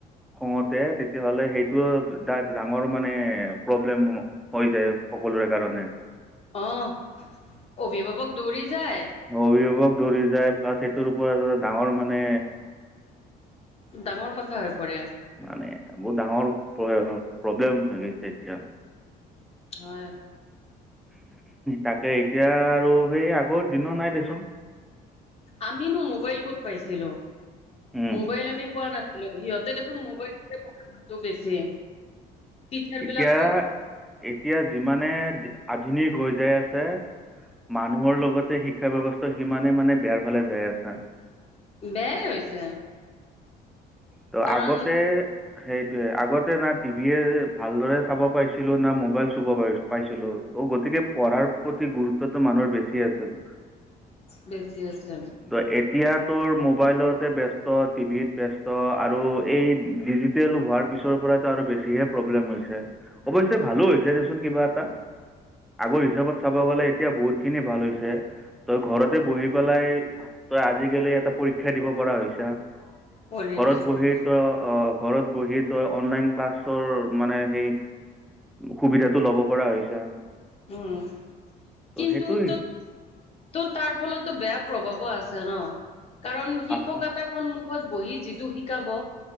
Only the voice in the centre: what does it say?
খঙতে তেতিয়াহ'লে সেইটো এটা ডাঙৰ মানে প্ৰব্লেম সমূহ হৈ যায় সকলোৰে কাৰণে।
অভিভাৱক দৌৰি যায় প্লাছ সেইটোৰ ওপৰত এটা ডাঙৰ মানে
মানে বহুত ডাঙৰ প্ৰ প্ৰব্লেম হৈ গৈছে এতিয়া
তাকে এতিয়া আৰু সেই আগৰ দিনও নাই দেচোন।
উম
এতিয়া,
এতিয়া যিমানে আধুনিক হৈ যায় আছে মানুহৰ লগতে শিক্ষা ব্যয়ৱস্থাও সিমানে মানে বেয়াৰ ফালে যাই আছে।
ত'
আগতে সেইটোয়ে আগতে না টিভিয়ে ভালদৰে চাব পাৰাইছিলো না মোবাইল চুব পাইছিলো। ত' গতিকে পঢ়াৰ প্ৰতি গুৰুত্বটো মানুহৰ বেছি আছিল।
ত এতিয়া তোৰ মোবাইলতে ব্যস্ত, টিভিত ব্যস্ত আৰু এই ডিজিটেল হোৱাৰ পিছৰ পৰাতো আৰু বেছিহে প্ৰব্লেম হৈছে। অবশ্যে ভালো হৈছে দেচোন কিবা এটা। আগৰ হিচাপত চাব গ'লে এতিয়া বহুত খিনি ভাল হৈছে তই ঘৰতে বহি পেলাই তই আজিকালি এটা পৰীক্ষা দিব পৰা হৈছা
ঘৰত
বহি
তই অ ঘৰত বহি তই অনলাইন ক্লাছৰ মানে সেই সুবিধাটো লব পৰা হৈছা।
ত'
সেইটো
আছে